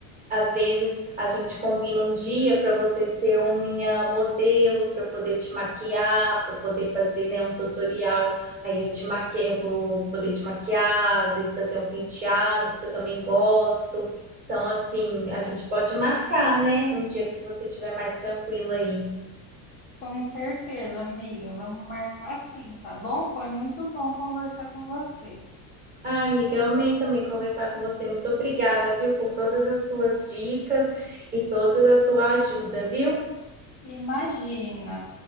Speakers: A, on the right (about 20°); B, on the left (about 20°).
A: Às vezes a gente combina um dia para você ser o minha modelo, para eu poder te maquiar, para eu poder fazer, né, um tutorial. Aí eu te maquio, eu vou poder te maquiar, às vezes fazer um penteado, porque eu também gosto. Então, assim, a gente pode marcar, né, um dia que você estiver mais tranquila aí.
B: Com certeza, amiga. Vamos marcar sim, tá bom? Foi muito bom conversar com você.
A: ah amiga, eu amei também conversar com você. Muito obrigada, viu, por todas as suas dicas e toda a sua ajuda, viu?
B: Imagina.